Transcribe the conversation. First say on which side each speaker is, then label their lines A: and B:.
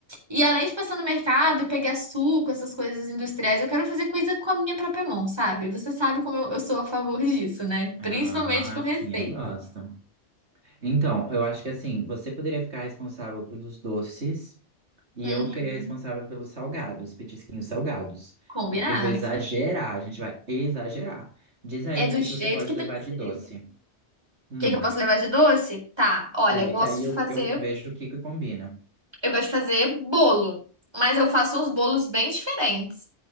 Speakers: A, on the right (about 20°); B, on the right (about 65°).
A: E além de passar no mercado e pegar suco, essas coisas industriais, eu quero fazer coisa com a minha própria mão, sabe? Você sabe como eu, eu sou a favor disso, né?
B: Ah,
A: Principalmente com receita.
B: sim, eu gosto. Então, eu acho que assim, você poderia ficar responsável pelos doces e
A: Hum,
B: eu ficaria responsável pelos salgados, petisquinhos salgados.
A: combinado.
B: Eh, Eu vou exagerar, a gente vai exagerar. Diz aí
A: É do
B: o que
A: jeito
B: que você pode
A: que tem
B: levar
A: que ser.
B: de doce.
A: O
B: Hum,
A: que que eu posso levar de doce? Tá, olha,
B: é,
A: eu gosto
B: que aí
A: de
B: eu,
A: fazer,
B: eu vejo o que que combina.
A: eu gosto de fazer bolo, mas eu faço uns bolos bem diferentes.